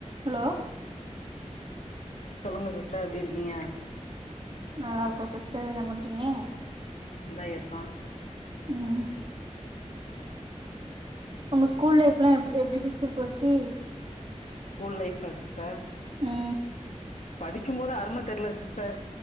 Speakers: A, on the right (about 45°); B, on the left (about 80°).
A: ஹலோ
B: இப்ப சொல்லுங்க சிஸ்டர் எப்டிருக்கீங்க
A: நல்லாருக்கோ சிஸ்டர் என்ன பண்றீங்க
B: இந்தா இருக்கோ
A: ம் உங்க ஸ்கூல் லைஃப்ல்லா எப் எப்டி சிஸ்டர் போச்சு
B: ஸ்கூல் லைஃப்பா அ சிஸ்டர்
A: ம்
B: படிக்கும் போது அரும தெரில சிஸ்டர்